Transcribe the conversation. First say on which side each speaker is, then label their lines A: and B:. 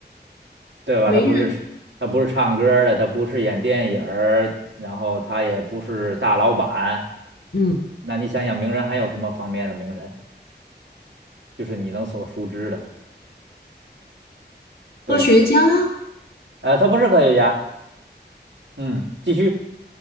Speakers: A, on the right; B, on the left.
A: 对吧？
B: 没人。
A: 他不是吃他不是唱歌儿的，他不是演电影儿，然后他也不是大老板。
B: 嗯，
A: 那你想想名人还有什么方面的名人，就是你能所熟知的？对，
B: 科学家
A: 呃，他不是科学家。嗯，继续。